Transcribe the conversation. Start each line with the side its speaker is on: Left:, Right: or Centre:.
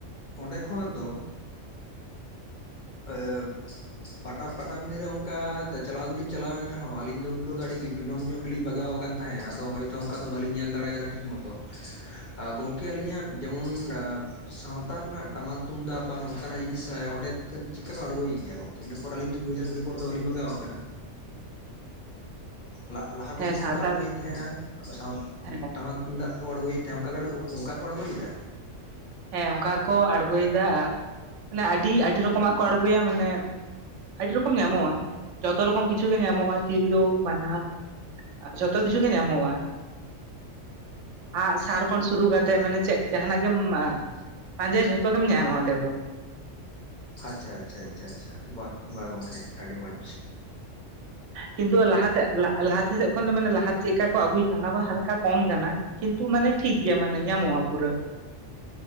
Left: ᱚᱸᱰᱮ ᱠᱷᱚᱱᱟᱜ ᱫᱚ <unintelligible> ᱯᱟᱴᱟ, ᱯᱟᱴᱟᱵᱤᱸᱫᱟᱹ ᱨᱮ ᱚᱝᱠᱟ ᱪᱟᱞᱟᱣ ᱫᱚᱞᱤᱧ ᱪᱟᱞᱟᱣᱮᱱ ᱨᱮᱦᱚᱸ, ᱟᱹᱞᱤᱧ ᱫᱚ ᱩᱱ ᱦᱤᱞᱳᱜ ᱫᱚ ᱟᱹᱰᱤ ᱵᱤᱞᱚᱢ ᱧᱚᱜ ᱜᱮᱞᱤᱧ ᱵᱟᱜᱟᱣ ᱠᱟᱱ ᱛᱟᱦᱮᱸᱜ, ᱟᱫᱚ ᱦᱚᱭᱛᱳ ᱚᱝᱠᱟ ᱫᱚ ᱵᱟᱹᱞᱤᱧ ᱧᱮᱞ ᱫᱟᱲᱮᱭᱟᱫᱟ ᱴᱷᱤᱠ ᱢᱚᱛᱚ᱾ ᱟᱸᱻ ᱜᱚᱝᱠᱮ ᱟᱹᱞᱤᱧᱟᱜ ᱡᱮᱢᱚᱱ ᱥᱟᱶᱛᱟ ᱨᱮᱱᱟᱜ ᱴᱟᱢᱟᱠ ᱛᱩᱢᱫᱟᱜ ᱵᱟ ᱱᱚᱝᱠᱟᱱᱟᱜ ᱡᱤᱱᱤᱥ ᱚᱸᱰᱮ ᱪᱮᱜᱠᱟ ᱠᱚ ᱟᱬᱜᱚᱭ ᱜᱮᱭᱟ ᱜᱚᱝᱠᱮ? ᱤᱱᱟᱹ ᱯᱚᱨ ᱟᱹᱞᱤᱧ ᱫᱚ ᱫᱩᱡᱟᱨ ᱠᱩᱲᱤ ᱯᱚᱨ ᱫᱚ ᱵᱟᱞᱤᱧ ᱵᱟᱜᱟᱣ ᱠᱟᱱᱟ᱾ ᱞᱟ-ᱞᱟᱦᱟᱛᱮ
Right: ᱦᱮᱸ
Left: ᱡᱮᱢᱚᱱ
Right: ᱥᱟᱱᱛᱟᱲ
Left: ᱠᱚ ᱟᱬᱜᱚᱭᱮᱫ ᱛᱟᱦᱮᱸᱜ-ᱟ ᱚᱱᱟ ᱥᱟᱶ
Right: ᱦᱮᱸ
Left: ᱴᱟᱢᱟᱠ ᱛᱩᱢᱫᱟᱜ ᱠᱚ ᱟᱬᱜᱳᱭᱮᱫ ᱛᱟᱦᱮᱸ ᱚᱱ- ᱚᱱᱠᱟ ᱠᱚ ᱟᱬᱜᱚᱭᱮᱫᱟ?
Right: ᱦᱮᱸ ᱚᱱᱠᱟ ᱠᱚ ᱟᱬᱜᱳ ᱭᱮᱫᱟ ᱢᱟᱱᱮ ᱟᱹᱰᱤ ᱟᱹᱰᱤ ᱨᱚᱠᱚᱢᱟᱜ ᱠᱚ ᱟᱬᱜᱚᱭᱟ ᱢᱟᱱᱮ ᱟᱹᱰᱤ ᱨᱚᱠᱚᱢ ᱧᱟᱢᱚᱜᱼᱟ ᱡᱚᱛᱚ ᱨᱚᱠᱚᱢ ᱠᱤᱪᱷᱩ ᱜᱮ ᱧᱟᱢᱚᱜᱼᱟ ᱛᱤᱨᱭᱳ, ᱵᱟᱱᱟᱢ᱾ ᱟᱨ ᱡᱷᱚᱛᱚ ᱠᱤᱪᱷᱩ ᱜᱮ ᱧᱟᱢᱚᱜᱼᱟ᱾ ᱟᱜ ᱥᱟᱨ ᱠᱷᱚᱱ ᱥᱩᱨᱩ ᱠᱟᱛᱮᱜ ᱢᱟᱱᱮ ᱪᱮᱫ ᱡᱟᱦᱱᱟᱜ ᱜᱮᱢ ᱯᱟᱸᱡᱟᱭ ᱡᱷᱚᱛᱚ ᱜᱮᱢ ᱧᱟᱢᱟ ᱚᱸᱰᱮ ᱫᱚ᱾
Left: ᱟᱪᱪᱷᱟ, ᱪᱷᱟ, ᱪᱷᱟ, ᱪᱷᱟ, ᱵᱟᱦ, ᱵᱟᱦ ᱜᱚᱢᱠᱮ ᱟᱹᱰᱤ ᱢᱚᱡᱽ᱾
Right: ᱠᱤᱱᱛᱩ ᱞᱟᱦᱟᱛᱮ, ᱞᱟᱦᱟ ᱛᱮ ᱞᱟᱦᱟ ᱛᱮ ᱫᱚ ᱮᱠᱷᱚᱱ ᱫᱚ ᱢᱟᱱᱮ ᱞᱟᱦᱟ ᱪᱮᱫ ᱞᱮᱠᱟ ᱠᱚ ᱟᱹᱜᱩᱭ ᱛᱟᱦᱮᱸᱫ ᱚᱱᱟ ᱦᱟᱞᱠᱟ ᱠᱚᱢ ᱠᱟᱱᱟ, ᱠᱤᱱᱛᱩ ᱢᱟᱱᱮ ᱴᱷᱤᱠ ᱜᱮᱭᱟ ᱢᱟᱱᱮ ᱧᱟᱢᱚᱜᱼᱟ ᱯᱩᱨᱟᱹ᱾